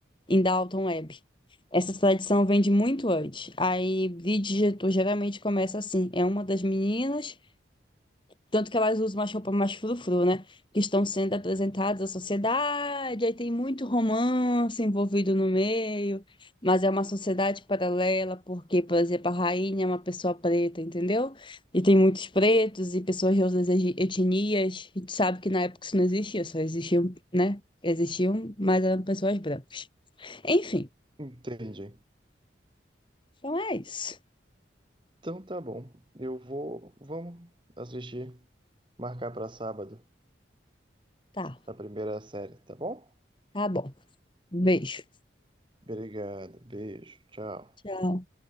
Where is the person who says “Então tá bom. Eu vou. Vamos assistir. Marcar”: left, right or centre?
Right